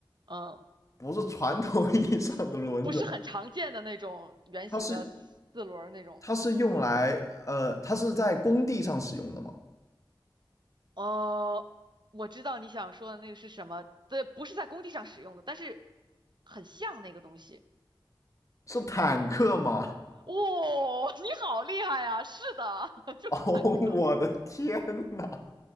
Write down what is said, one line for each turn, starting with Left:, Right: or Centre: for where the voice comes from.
Right: 嗯，
Left: 不是传统意义上的轮子？
Right: 不是很常见的那种圆形的四轮儿那种，
Left: 它是它是用来呃，
Right: 嗯，
Left: 它是在工地上使用的吗？
Right: 哦，我知道你想说的那个是什么，对，不是在工地上使用的，但是很像那个东西。
Left: 是坦克吗？
Right: 哇、你好厉害呀！是的，
Left: <laughs>
Right: <laughs> 就是坦克。
Left: 哦，我的天呐！